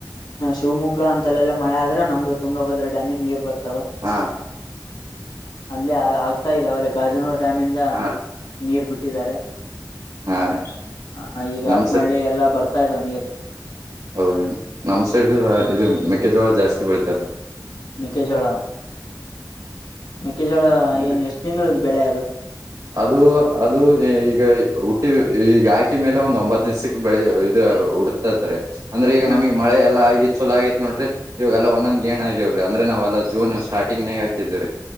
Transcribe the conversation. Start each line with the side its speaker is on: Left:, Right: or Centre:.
Left: ಶಿವಮೊಗ್ಗ ಅಂತಲ್ಲ ಮಳೆ ಆದ್ರೆ ನಮ್ದುಂಗಭದ್ರ ಡ್ಯಾಮಿಗೆ ನೀರ್ ಬತ್ತೆ
Right: ಹಾ
Left: ಅಲ್ಲೇ ಆಗ್ತಾ ಇದ ಅವಲ್ಲ ಗಾಜನೂರ್ ಡ್ಯಾಮ ಇಂದ
Right: ಹಾ ರೀ
Left: ನೀರ್ ಬಿಟ್ಟ ಇಟ್ಟ
Right: ಹಾ ರೀ
Left: ಹ ಈಗ
Right: ನಮ್
Left: ಅರಪನಹಳ್ಳಿ
Right: ಸೈ
Left: ಎಲ್ಲ ಬರ್ತಾ ಇದಾವ ನೀರ
Right: ಹೌದ ನಮ್ ಸೈಡ್ ಇದು ಮೆಕ್ಕೆಜೋಳ ಜಾಸ್ತಿ ಬೆಳಿತಾರ
Left: ಮೆಕ್ಕೆೆಜೋಳ ಮೆಕ್ಕೆೆಜೋಳ
Right: ರೀ
Left: ಏನ್ ಎಷ್ಟ್ ತಿಂಗಳದ ಬೆಳೆ ಅದು
Right: ಅದು ಅದು ಈಗ ಹುಟ್ಟಿ ಈಗ ಹಾಕಿ ಮೇಲೆ ಒಂದ್ ಒಂಬತ್ ದಿವ್ಸಕ್ಕೆ ಬೆಳ ಇದು ಉಡ್ತಾತಾರೆ ಅಂದ್ರೆ ಈಗ
Left: ಹ
Right: ನಮಗೆ ಮಳೆ ಎಲ್ಲ ಆಗಿ ಚಲ ನೋಡ್ರಿ ಇವಾಗ ಎಲ್ಲ ಒಂದೊಂದ್ ಗಏನ್ ಆಗ್ಯವ್ರಿ ಅ್ರ ನಾವೆಲ್ಲ ಜೂನ್ ಸ್ಟಾರ್ಟಿಂಗ್ ನೇ ಹಾಕಿದ್ರಿ